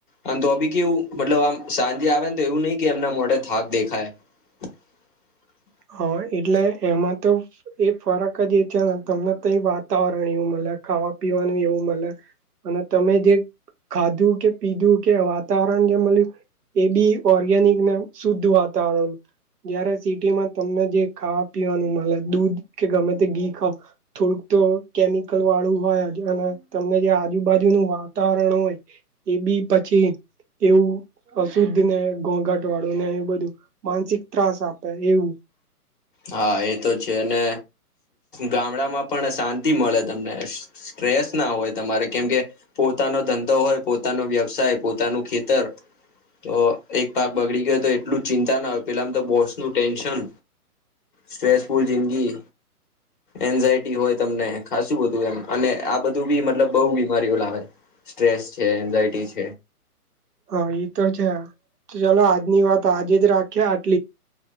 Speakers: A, on the left (about 35°); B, on the right (about 80°).
A: અને તો બી કેવું મતલબ આમ સાંજે આવીને તો એવું નહી કે એમના મોઢે થાક દેખાય. <inaudible>
B: હા, એટલે એમાં તો એ ફરક જ એ છે ને તમને તો એ વાતાવરણ એવું મ ખાવા-પીવાનું એવું મળે અને તમે જે ખાધું કે, પીધું કે વાતાવરણ જે મળ એ બી ઓર્ગેનિકને શુદ્ધ વાતાવરણ, જયારે સિટીમાં તમને જે ખાવા પીવાનું મળે દૂધ કે ગમે તે ઘી ખાાવ થોડુંક તો કેમિકલ વા વાળું હોય અને તમને જે આજુબાજુનું વાતાવરણ હોય, એ બી પછી એવું અશુદ્ધ ને ઘોઘાટ વાળું ને એ બધું માનસિક ત્રાસ આપે એવું.
A: હા, એ તો છે અને ગામડામાં પણ શાંતિ મળે તમને સ્ટ્રેસ ના હોય તમારે કેમ કે પોતાનો ધંધો હોય પોતાનો વ્યવસાય, પોતાનું ખેતર તો એક પાક બગડી ગયો તો એટલું ચિંતા ના હોય. પેલામ તો બોસનું ટેન્શન સ્ટ્રેસફુલ જિંદગી એન્ઝાયટી હોય તમને, ખાસું બધું એમ અને આ બધું બી મતલબ બહુ બીમારીઓ લાવે. સ્ટ્રેસ છે એન્ઝાયટી છે <inaudible>
B: હા, એતો છે ચાલો આજની વાત આજે રાખીએ.